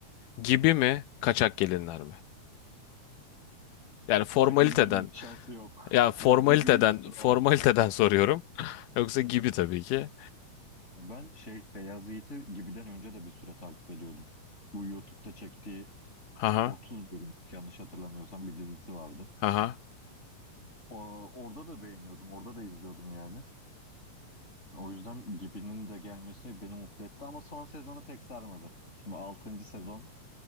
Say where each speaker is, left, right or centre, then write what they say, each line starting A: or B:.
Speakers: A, on the left (about 90°); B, on the left (about 20°).
A: Gibi mi, kaçak gelinler mi? Yani formaliteden,
B: Kaçak gelinlerin <laughs> şansı yok.
A: ya formaliteden,
B: Ya gibi üstüne
A: formaliteden
B: alalım.
A: <laughs> soruyorum. Yoksa gibi
B: Evet.
A: tabii ki.
B: Ben şey Beyaz Yiğit'i Gibi'den önce de bir süre takip ediyordum. Bu YouTube'da çektiği
A: Haha,
B: 30 bölüm yanlış hatırlamıyorsam bir dizisi vardı.
A: haha.
B: O, orada da beğeniyordum. Orada da izliyordum yani. O yüzden Gibi'nin de gelmesi beni mutlu etti ama son sezonu pek sarmadı. Şimdi 6. sezon